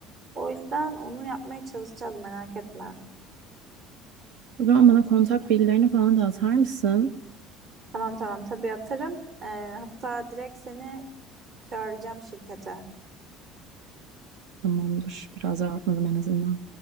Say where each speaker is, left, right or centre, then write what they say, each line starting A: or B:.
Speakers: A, on the right (about 50°); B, on the right (about 75°).
A: O yüzden onu yapmaya çalışacağız merak etme.
B: O zaman bana kontak bilgilerini falan da atar mısın?
A: Tamam tamam tabii atarım. Ee, hatta direkt seni çağıracağım şirkete.
B: Tamamdır. Biraz rahatladım en azından.